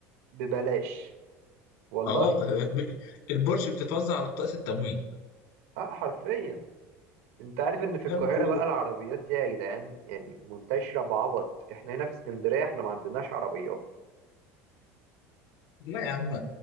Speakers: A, on the right; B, on the left.
A: ببلاش والله
B: اه ب- البورش بتتوزع على بطاقه التموين
A: اه حرفيا انت عارف ان في القاهرة
B: فاهم كله
A: بقى العربيات دي يا جدعان يعني منتشرة بعبط احنا هنا في اسكندرية احنا ما عندناش عربيات
B: لا يا عم